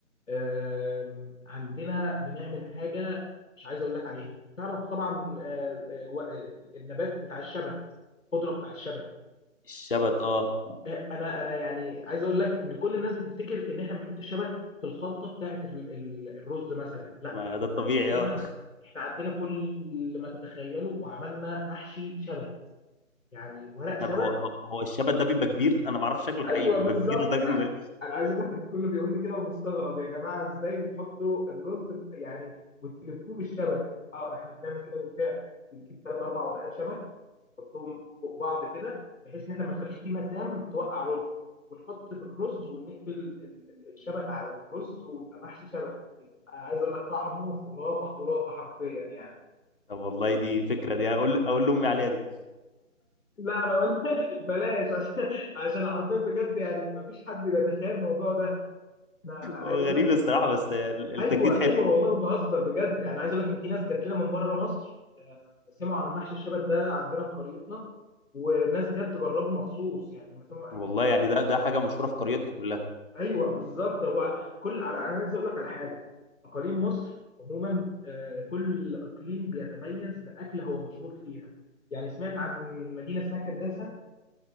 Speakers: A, on the left; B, on the left.
A: آم، عندنا بنعمل حاجه مش عايز اقول لك عليها تعرف طبعا آه، آه، و- آه، النبات بتاع الشبت الخضره بتاع الشبت
B: الشبت اه
A: انا انا يعني عايز اقول لك ان كل الناس بتفتكر ان احنا بنحط الشبت في الخلطه بتاعه ال- ال- الرز مثلا لا
B: ما
A: احنا
B: ده الطبيعي
A: عندنا
B: اه
A: احنا عندنا كل ما تتخيله وعملنا محشي شبت يعني
B: <laughs>
A: ورق
B: طب
A: شبت
B: هو هو الشبت ده بيبقى كبير انا ما اعرفش شكله حقيقي
A: ايوه
B: بيبقى
A: بالظبط
B: كبير لدرجه إن-
A: انا عايز اقول لك ان كله بيقول لي كده ومستغرب يا جماعه ازاي بتحطوا الرز بت- يعني وتلفوه بالشبك اه احنا بنعمل كده بالفعل بنجيب ثلاث اربع ورقات شبك نحطهم فوق بعض كده بحيث ان احنا ما نخليش فيه مسام توقع رز ونحط في الرز ونقفل ال- ال- الشبك على الرز ويبقى محشي شبك يبقى عايز اقول لك طعمه خرافه خرافه حرفيا يعني
B: طب والله دي فكره دي اقول اقول لامي عليها دي
A: لا انا قلت <laughs> بلاش عشان عشان حرفيا بجد يعني مفيش حد بيتخيل الموضوع ده انا عايز
B: هو غريب
A: اقول لك
B: الصراحه بس آه، التجديد
A: ايوه
B: حلو
A: ايوه والله ما بهزر بجد يعني عايز اقول لك ان في ناس جات لنا من بره مصر آه، سمعوا عن محشي الشبت ده عندنا في قريتنا وناس جت تجربه مخصوص يعني لما سمعوا قال
B: والله
A: لك
B: يعني ده ده حاجه مشهوره في قريتكم كلها
A: ايوه بالظبط هو كل على انا عايز اقول لك على حاجه اقاليم مصر عموما آه، كل اقليم بيتميز باكله هو مشهور فيها يعني سمعت عن مدينه اسمها كرداسه